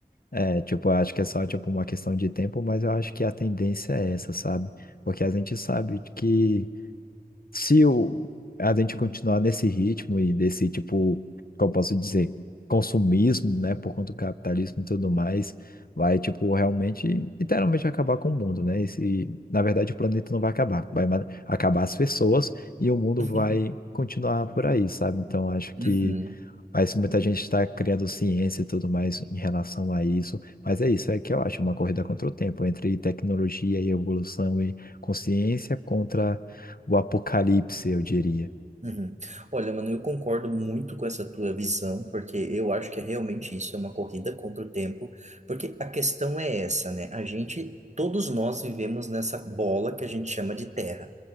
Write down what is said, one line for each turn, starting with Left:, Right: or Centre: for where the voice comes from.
Left: é, tipo, eu acho que é só, tipo, uma questão de tempo, mas eu acho que a tendência é essa, sabe? Porque a gente sabe que se o, a gente continuar nesse ritmo e desse, tipo, como eu posso dizer, consumismo, né, por conta do capitalismo e tudo mais, vai, tipo, realmente, literalmente acabar com o mundo, né? E, se- na verdade, o planeta não vai acabar, vai ma- acabar as pessoas e o mundo
Right: <laughs>
Left: vai continuar por aí, sabe? Então, acho que
Right: Uhum.
Left: mas muita gente está criando ciência e tudo mais em relação a isso. Mas é isso, é que eu acho uma corrida contra o tempo, entre tecnologia e evolução e consciência contra o apocalipse, eu diria.
Right: Uhum. Olha, mano, eu concordo muito com essa tua visão, porque eu acho que é realmente isso, é uma corrida contra o tempo, porque a questão é essa, né? A gente, todos nós vivemos nessa bola que a gente chama de terra.